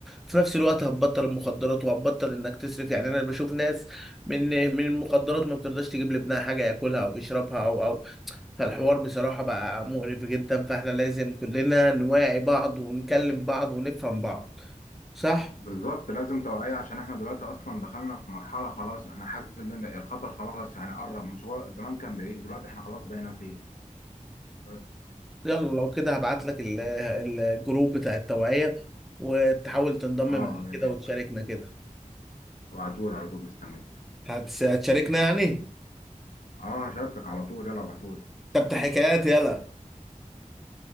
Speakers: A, in the centre; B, on the left.
A: في نفس الوقت هتبطل المخدرات وهتبطل إنك تصرف يعني أنا بشوف ناس من من المخدرات ما بترضاش تجيب لابنها حاجة ياكلها او يشربها او او فالحوار بصراحة بقى مقرف جدا فاحنا لازم كلنا نواعي بعض ونكلم بعض ونفهم بعض صح
B: بالظبط لازم توعية عشان احنا دلوقتي اصلا دخلنا في مرحلة خلاص انا حاسس ان أنا الخطر خلاص يعني قرب مش هو زمان كان بعيد دلوقتي احنا خلاص بقينا فيه بس
A: يلا لو كده هبعت لك ال- الجروب بتاع التوعية وتحاول تنضم
B: اه
A: معانا
B: يا
A: كده
B: ريت
A: وتشاركنا كده
B: ابعتولي على طول مستنيك
A: هتس- هتشاركنا يعني
B: اه هشاركك على طول يلا ابعتولي
A: طب ده حكايات يلا